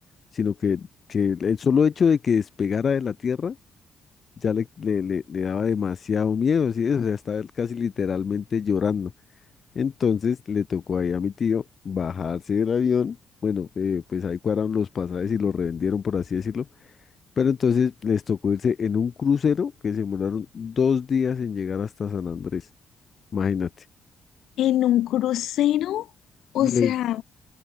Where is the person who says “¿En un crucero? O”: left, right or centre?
Left